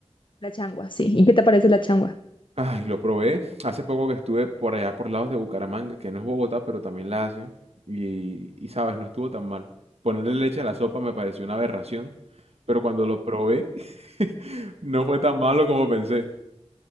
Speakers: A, on the left; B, on the right.
A: La changua, sí. ¿Y qué te parece la changua?
B: Ay, lo probé hace poco que estuve por allá por lados de Bucaramanga, que no es Bogotá, pero también la hacen. Y, y sabes, no estuvo tan mal. Ponerle leche a la sopa me pareció una aberración, pero cuando lo probé <laughs> no fue tan malo como pensé.